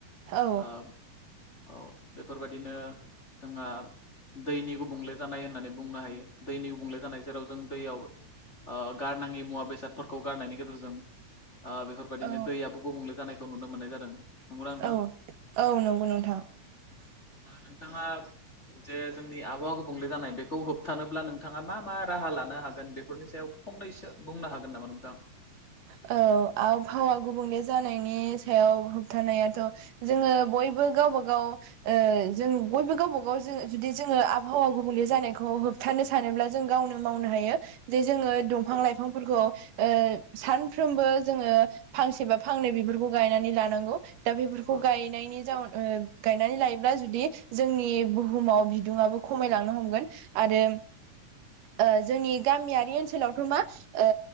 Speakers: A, on the right; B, on the left.
A: औ
B: ओ औ बेफोरबायदिनो जोंहा दैनि गुबुंले जानाय होननानै बुंनो हायो दैनि गुबुंले जानाय जेराव जों दैयाव ओ गारनाङि मुवा बेसादफोरखौ गारनायनि गेजेरजों ओ बेफोर बायदिनो
A: औ
B: दैयाबो गुबुंले जानायखौ नुनो मोननाय जादों नंगौ ना नोंथां
A: औ औ नंगौ
B: अ
A: <inaudible>
B: ओ नोंथाङा जे जोंनि आबहावा गुबुंले जानाय बेखौ होबथानोब्ला नोंथाङा मा मा राहा लानो हागोन बेफोरनि सायाव फंनैसो बुंनो हागोन नामा नोंथां?
A: औ आबहावा गुबुंले जानायनि सायाव होबथानायाथ' जोङो बयबो गावबा गाव ओ जों बयबो गावबा गाव जों जुदि जोङो आबहावा गुबुंले जानायखौ होब थानो सानोब्ला जों गावनो मावनो हायो जे जोङो दंफां लाइफांफोरखौ ओ सानफ्रोमबो जोङो फांसे बा फांनै बिफोरखौ गायनानै लानांगौ दा बेफोरखौ
B: अ
A: गायनायनि जाउन ओ गायनानै लायोब्ला जुदि जोंनि बुहुमाव बिदुङाबो खमायलांनो हमगोन आरो ओ जोंनि गामियारि ओनसोलावथ' मा ओ